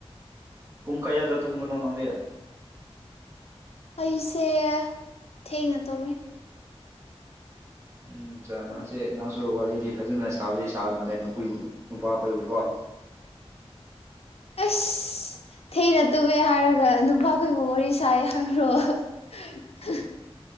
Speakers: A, on the right (about 25°); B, on the left (about 70°).
A: ꯄꯨꯡ ꯀꯌꯥꯗ ꯇꯨꯝꯕꯅꯣ ꯅꯪꯗꯤ
B: ꯑꯩꯁꯦ ꯊꯦꯡꯅ ꯇꯨꯝꯃꯦ
A: ꯎꯝ ꯅꯪꯁꯦ ꯅꯪꯁꯨ ꯋꯥꯔꯤꯗꯤ ꯐꯖꯅ ꯁꯥꯕꯗꯤ ꯁꯥꯔꯝꯃꯜꯂꯦ ꯅꯨꯄꯤ ꯅꯨꯄꯥꯈꯣꯏꯕꯨꯀꯣ
B: ꯑꯁ ꯊꯦꯡꯅ ꯇꯨꯝꯃꯦ ꯍꯥꯏꯔꯒ ꯅꯨꯄꯥꯈꯣꯏꯕꯨ ꯋꯥꯔꯤ ꯁꯥꯏ ꯍꯥꯏꯕ꯭ꯔꯣ <unintelligible>